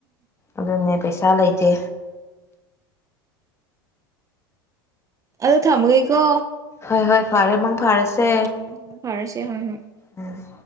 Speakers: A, on the left; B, on the right.
A: ꯑꯗꯨꯅꯦ ꯄꯩꯁꯥ ꯂꯩꯇꯦ
B: ꯑꯗꯣ ꯊꯝꯃꯒꯦꯀꯣ
A: ꯍꯣꯏ ꯍꯣꯏ ꯐꯔꯦ ꯃꯪ ꯐꯔꯁꯦ
B: ꯎꯝ <unintelligible>
A: ꯎꯝ